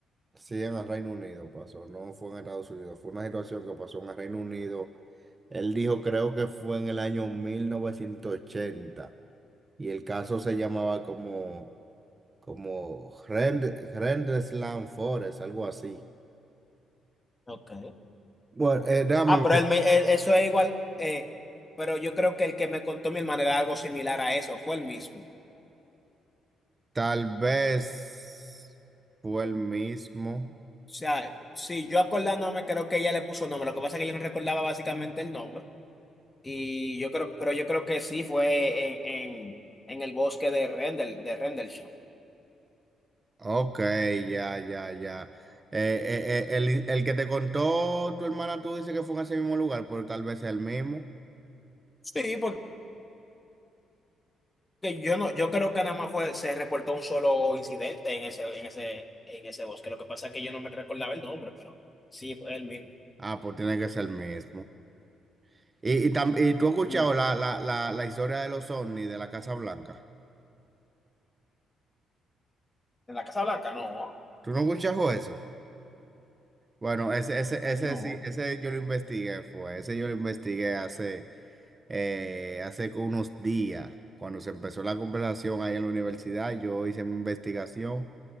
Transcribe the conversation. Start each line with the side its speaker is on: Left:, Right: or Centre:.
Right: Sí, en el Reino Unido pasó, no fue en Estados Unidos, fue una situación que pasó en el Reino Unido. Él dijo, creo que fue en el año 1980 y el caso se llamaba como... como Grand, Grand Slam Forest, algo así.
Left: Ok.
Right: Bueno, eh, dame,
Left: Ah, pero
Right: ver,
Left: él me- él- eso es igual, eh, pero yo creo que el que me contó mi hermana era algo similar a eso, fue el mismo.
Right: tal vez fue el mismo.
Left: O sea, sí, yo acordándome creo que ella le puso nombre, lo que pasa es que yo no recordaba básicamente el nombre, y yo creo, pero yo creo que sí fue en, en, en el bosque de Rendel, de Rendlesham.
Right: Ok, ya, ya, ya. Eh, eh, eh, el, el que te contó tu hermana, tú dices que fue en ese mismo lugar, pero tal vez sea el mismo.
Left: Sí, porque que yo no, yo creo que nada más fue, se reportó un solo incidente en ese, en ese, en ese bosque. Lo que pasa es que yo no me recordaba el nombre, pero sí, fue el mismo.
Right: Ah, pues tiene que ser el mismo. Y, y, tam- y tú has escuchado
Left: Ujú.
Right: la, la, la, la historia de los ovnis de la Casa Blanca.
Left: ¿En la Casa Blanca? No,
Right: ¿Tú no escuchas eso? Bueno, ese, ese, ese
Left: No.
Right: sí, ese yo lo investigué, fue, ese yo lo investigué hace, eh, hace unos días, cuando se empezó la conversación ahí en la universidad, yo hice mi investigación